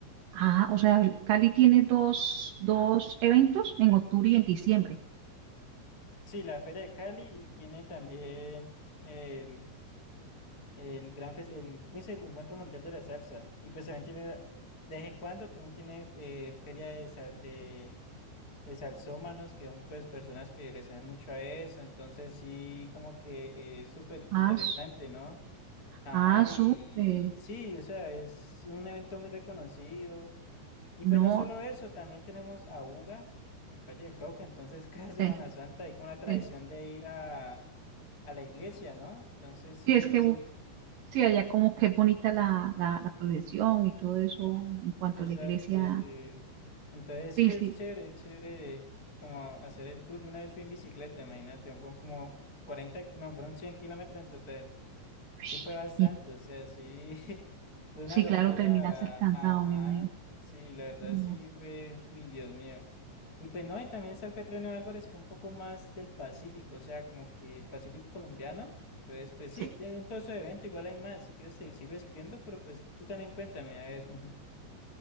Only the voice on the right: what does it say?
Ah, o sea, Cali tiene dos, dos eventos en octubre y en diciembre.
Ah,
s-
ah, súper.
No,
sí,
sí.
Sí, es que bu- sí, allá como que es bonita la, la, la procesión y todo eso en cuanto
a la iglesia.
Sí,
sí.
Ush,
bien.
Sí,
claro, terminaste cansado,
me imagino.
Vallenato.
Sí.